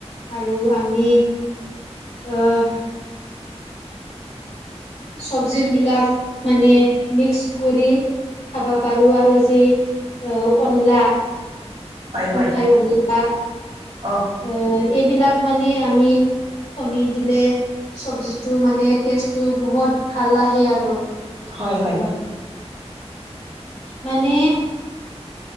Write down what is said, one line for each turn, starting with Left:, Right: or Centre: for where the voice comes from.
Left: আৰু আমি আহ চব্জিৰ বিলাক মানে মিক্স কৰি খাবা পাৰোঁ আৰু যি অন্লা
Right: হয়
Left: খুথাই
Right: হয়
Left: অন্লা
Right: অ
Left: অ এইবিলাক মানে আমি কনি দিলে চব্জিটো মানে তেষ্টটো বহুত ভাল আহে আৰু
Right: হয়
Left: অ
Right: হয়
Left: মানে